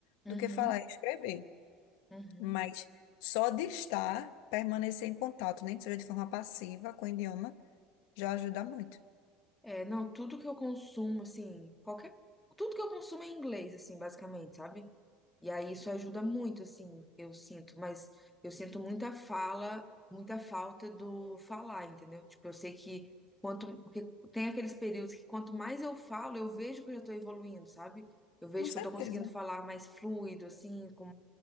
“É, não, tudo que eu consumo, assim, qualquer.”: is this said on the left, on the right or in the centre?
Centre